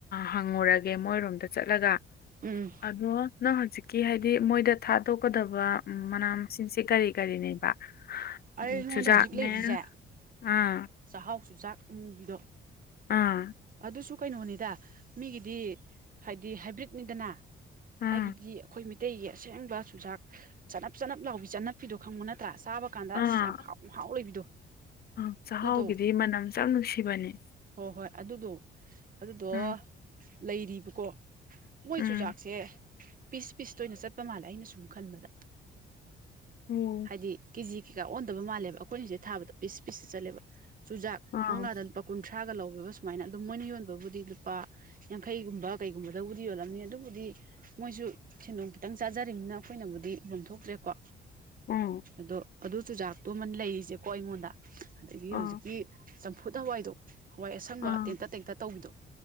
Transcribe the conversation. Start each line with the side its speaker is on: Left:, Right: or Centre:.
Left: ꯍꯪꯉꯨꯔꯒꯦ ꯃꯣꯏꯔꯣꯝ ꯗ ꯆꯠꯂꯒ
Right: ꯎꯝ
Left: ꯑꯗꯣ ꯅꯪ ꯍꯧꯖꯤꯛꯀꯤ ꯍꯥꯏꯗꯤ ꯃꯣꯏꯗ ꯊꯥꯗꯣꯛꯀꯗꯕ ꯃꯅꯥ ꯃꯁꯤꯡꯁꯦ ꯀꯔꯤ ꯀꯔꯤꯅꯦꯕ
Right: ꯑꯩꯉꯣꯟꯗ
Left: ꯎꯝ, ꯆꯨꯖꯥꯛꯅꯦ
Right: ꯍꯧꯖꯤꯛ ꯂꯩꯔꯤꯖꯦ
Left: ꯑꯥ
Right: ꯆꯥꯍꯥꯎ ꯆꯨꯖꯥꯛ ꯑꯃꯨꯕꯤꯗꯣ
Left: ꯑꯥ
Right: ꯑꯗꯨꯁꯨ ꯀꯩꯅꯣꯅꯤꯗ ꯃꯤꯒꯤꯗꯤ ꯍꯥꯏꯗꯤ ꯍꯥꯏꯕ꯭ꯔꯤꯠꯅꯤꯗꯅ
Left: ꯑꯥ
Right: ꯑꯩꯒꯤꯗꯤ ꯑꯩꯈꯣꯏ ꯃꯩꯇꯩꯒꯤ ꯑꯁꯦꯡꯕ ꯆꯨꯖꯥꯛ ꯆꯅꯞ ꯆꯅꯞ ꯂꯥꯎꯕꯤ ꯆꯅꯞꯄꯤꯗꯣ ꯈꯪꯕ ꯅꯠꯇ꯭ꯔꯥ ꯆꯥꯕ ꯀꯥꯟꯗ
Left: ꯑꯥ
Right: ꯑꯁ ꯌꯥꯝ ꯍꯥꯎ ꯃꯍꯥꯎ ꯂꯩꯕꯤꯗꯣ
Left: ꯑꯥ ꯆꯥꯍꯥꯎꯒꯤꯗꯤ
Right: ꯑꯗꯨꯗꯣ
Left: ꯃꯅꯝ ꯁꯨ ꯌꯥꯝ ꯅꯨꯡꯁꯤꯕꯅꯦ
Right: ꯍꯣꯏ ꯍꯣꯏ ꯑꯗꯨꯗꯣ ꯑꯗꯨꯗꯣ
Left: ꯎꯝ
Right: ꯂꯩꯔꯤꯕꯀꯣ ꯃꯣꯏ
Left: ꯎꯝ
Right: ꯆꯨ ꯖꯥꯛꯁꯦ ꯄꯤꯁ ꯄꯤꯁꯇ ꯑꯣꯏꯅ ꯆꯠꯄ ꯃꯥꯜꯂꯦ ꯑꯩꯅ ꯁꯨꯝ ꯈꯟꯕꯗ
Left: ꯎꯝ
Right: ꯍꯥꯏꯗꯤ ꯀꯤꯖꯤ ꯀꯩꯀꯥ ꯑꯣꯟꯗꯕ ꯃꯥꯜꯂꯦꯕ ꯑꯩꯈꯣꯏꯅꯁꯤꯗ ꯊꯥꯕꯗ ꯄꯤꯁ ꯄꯤꯁ ꯆꯠꯂꯦꯕ ꯆꯨꯖꯥꯛ
Left: ꯑꯥ
Right: ꯃꯉꯥꯗ ꯀꯨꯟꯊ꯭ꯔꯥꯒ ꯂꯧꯋꯦꯕ ꯁꯨꯃꯥꯏꯅ ꯑꯗꯨꯝ ꯃꯣꯏꯅ ꯌꯣꯟꯕꯕꯨꯗꯤ ꯂꯨꯄꯥ ꯌꯥꯡꯈꯩꯒꯨꯝꯕ ꯀꯩꯒꯨꯝꯕꯗꯕꯨꯗꯤ ꯌꯣꯜꯂꯝꯅꯤ ꯑꯗꯨꯕꯨꯗꯤ ꯃꯣꯏꯁꯨ ꯁꯦꯟꯗꯣꯡ ꯈꯤꯇꯪ ꯆꯥꯖꯔꯤꯕꯅꯤꯅ ꯑꯩꯈꯣꯏꯅꯕꯨꯗꯤ ꯎꯕꯝ ꯊꯣꯛꯇ꯭ꯔꯦꯀꯣ
Left: ꯎꯝ
Right: ꯑꯗꯣ ꯑꯗꯨ ꯆꯨꯖꯥꯛꯇꯨ ꯑꯃ ꯂꯩꯔꯤꯖꯦꯀꯣ ꯑꯩꯉꯣꯟꯗ ꯑꯗꯒꯤ
Left: ꯑꯥ
Right: ꯍꯧꯖꯤꯛꯀꯤ ꯆꯝꯐꯨꯠ ꯍꯋꯥꯏꯗꯣ ꯍꯋꯥꯏ ꯑꯁꯪꯕ
Left: ꯑꯥ
Right: ꯇꯦꯟꯇꯛ ꯇꯦꯟꯇꯛ ꯇꯧꯕꯤꯗꯣ